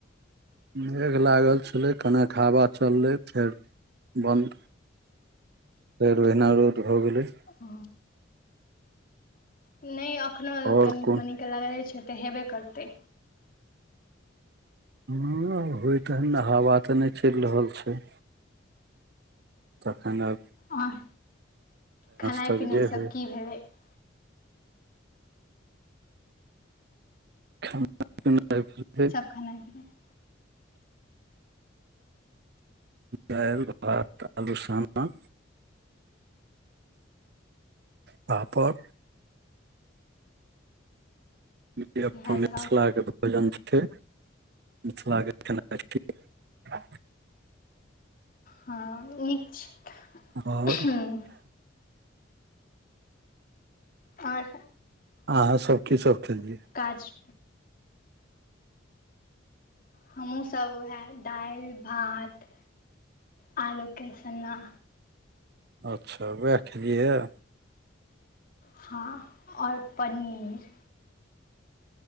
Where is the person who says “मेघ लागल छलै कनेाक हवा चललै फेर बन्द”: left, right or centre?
Right